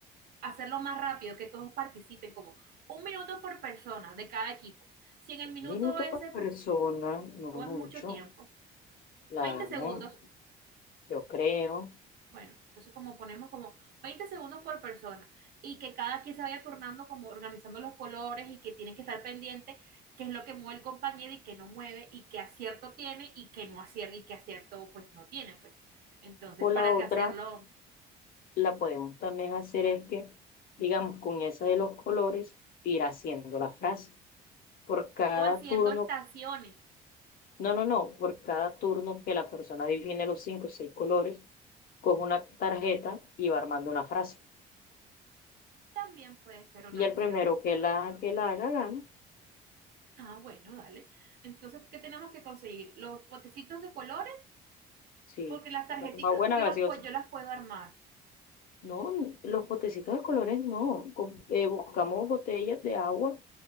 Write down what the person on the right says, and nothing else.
hacerlo más rápido, que todos participen, como un minuto por persona de cada equipo. Si en el
minuto
ese
per-
o es mucho
tiempo,
20 segundos,
bueno, entonces como ponemos como 20 segundos por persona y que cada quien se vaya turnando como organizando los colores y que tienen que estar pendiente qué es lo que mueve el compañero y qué no mueve y qué acierto tiene y qué no acierta y qué acierto pues no tiene, pues. Entonces,
para
que hacerlo
o haciendo
estaciones
también puede ser una
opción.
Ah, bueno, dale. Entonces, ¿qué tenemos que conseguir? Los potecitos de colores,
porque las
tarjeticas
yo
las, pu- yo las puedo armar.